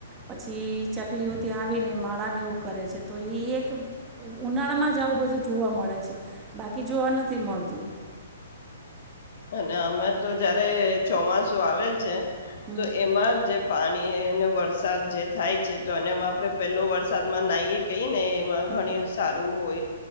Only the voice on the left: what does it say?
અને અમે તો જયારે ચોમાસું આવે છે.
તો એમાં જે પાણી એને વળ- સાદ જે થાય છે. તો અને એમાં આપડે પેલો વરસાદમાં નાહીએ કહી ને એમાં
ઘણી સારું હોય.